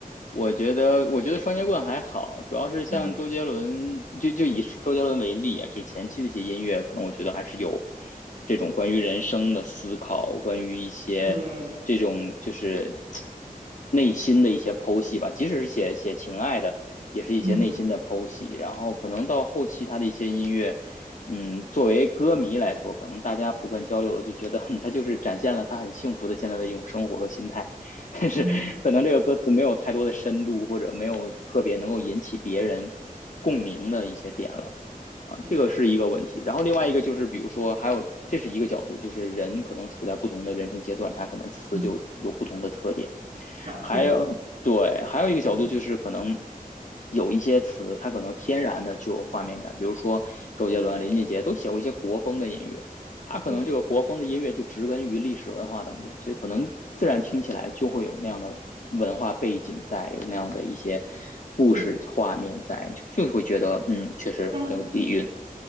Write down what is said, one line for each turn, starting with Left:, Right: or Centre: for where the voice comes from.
Left: 我觉得，我觉得双截棍还好，主要是像周杰伦，
Right: 嗯，
Left: 就就以周杰伦为例啊，就前期的一些音乐，可能我觉得还是有这种关于人生的思考，关于一些这种就是
Right: 对，
Left: 内心的一些剖析吧。即使是写写情爱的，也是一些内心的剖析。
Right: 嗯
Left: 然后可能到后期他的一些音乐，嗯，作为歌迷来说，可能大家普遍交流的就觉得 <laughs>，哼他就是展现了他很幸福的现在的一种生活和心态。但是可能这个歌词没有太多的深度，
Right: 嗯嗯
Left: 或者没有特别能够引起别人共鸣的一些点了啊，
Right: 嗯
Left: 这个是一个问题。然后另外一个就是，比如说还有这是一个角度，就是人可能处在不同的人生阶段，他可能词就有不同的特点。
Right: 嗯，嗯，感触不同，
Left: 还有，对，还有一个角度就是可能
Right: 嗯
Left: 有一些词，它可能天然的就有画面感，比如说周杰伦、
Right: 对
Left: 林俊杰都写过一些国风的音乐，他可能这个国风的音乐就植根于历史文化当中，
Right: 对
Left: 所以可能自然听起来就会有那样的文化背景在，有那样的一些故事画面在，
Right: 对。
Left: 就就会觉得嗯，确实很有底蕴。
Right: 但是